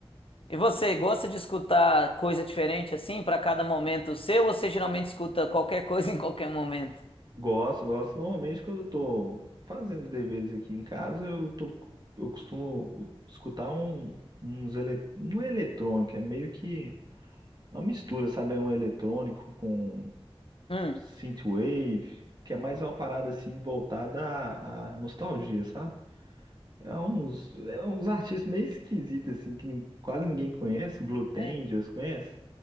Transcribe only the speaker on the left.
E você gosta de escutar coisa diferente assim pra cada momento seu? Ou você geralmente escuta qualquer coisa <laughs> em qualquer momento?
Hum,
é.